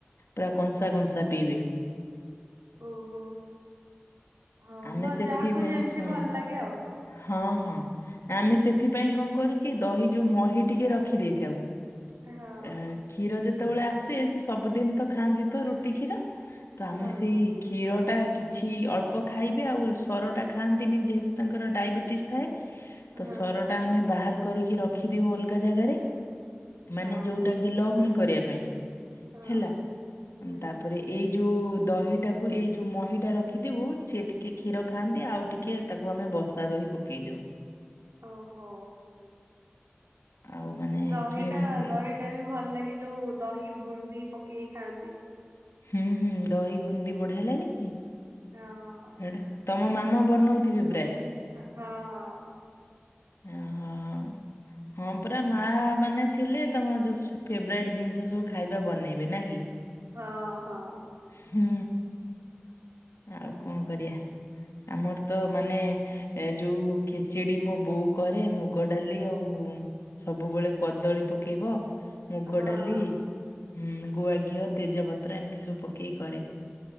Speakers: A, on the left; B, on the right.
A: ପୁରା କଂସା କଂସା ପିଇବେ।
B: ଓହୋ ହଁ
A: ଆମେ
B: ଭ
A: ସେଥିପାଇଁ
B: ଯାହାକୁ ଯେମିତି
A: ହଁ
B: ଭଲ ଲାଗେ ଆଉ।
A: ହଁ ହଁ ନା ଆମେ ସେଥିପାଇଁ କଣ କରୁ କି ଦହି ଯୋଉ ମହି ଟିକେ ର ଖି ଦେଇଥାଉ।
B: ହଁ
A: ଏଁ କ୍ଷୀର ଯେତେବେଳେ ଆସେ ସେ ସବୁଦିନ ତ ଖାଆନ୍ତି ତ ରୁଟି କ୍ଷୀର। ତ ଆମେ
B: ହଁ
A: ସେଇ କ୍ଷୀର ଟା କି ଛି ଅଳ୍ପ ଖାଇବେ ଆଉ ସରଟା ଖାଆନ୍ତିନି ଯେହେତୁ ତାଙ୍କର ଡାଇବେଟିସ୍ ଥାଏ।
B: ହଁ
A: ତ ସର ଟା ଆମେ ବାହାର କରିକି ରଖିଦେଉ ଅଲଗା ଜାଗାରେ। ମାନେ
B: ହଁ।
A: ଯୋଉଟା କି ଲହୁଣୀ କରିବା ପାଇଁ।
B: ହଁ
A: ହେଲା।
B: ହୁଁ
A: ତାପରେ ଏଇ ଯୋଉ ଦହିଟାକୁ ଏଇ ଯୋଉ ମହିଟା ରଖିଥିବୁ ସିଏ ଟିକେ କ୍ଷୀର ଖାଆନ୍ତି ଆଉ ଟିକେ ତାକୁ ଆମେ ବସା ଦହି ପକେଇ ଦୋଉ।
B: ଓହୋ
A: ଆଉ ମାନେ
B: ଦହିଟା
A: କିଣା ହୁଏ।
B: ଦହି ଟା ବି ଭଲ ଲାଗେ ଯୋଉ ଦହି ବୁନ୍ଦି ପକେଇ ଖାଆନ୍ତି।
A: ହୁଁ ହୁଁ ଦହି ବୁନ୍ଦି ବଢିଆ ଲାଗେନି?
B: ହଁ
A: ହେଟା ତମ ମାମା ବନୋଉଥିବେ ପ୍ରାୟ?
B: ଅ ହଁ।
A: ଉଁ ହଁ ହଁ। ହଁ ପରା, ମା ମାନେ ଥିଲେ ତମ ଯୋଉ ଫେବରାଇଟ୍ ଜିନିଷ ସବୁ ଖାଇବା ବନେଇବେ, ନା କି?
B: ହଁ ହଁ।
A: ହୁଁ, ଆଉ କଣ କରିବା? ଆମର ତ ମାନେ ଏ ଯୋଉ ଖେଚେଡି ମୋ ବୋଉ କରେ, ମୁଗ ଡାଲି ଆଉ ସବୁବେଳେ କଦଳୀ ପକେଇବ, ମୁଗ
B: ହଁ
A: ଡାଲି
B: ହଁ।
A: ହୁଁ ଗୁଆ ଘିଅ, ତେଜପତ୍ର ଏମିତି ସବୁ ପକେଇକି କରେ,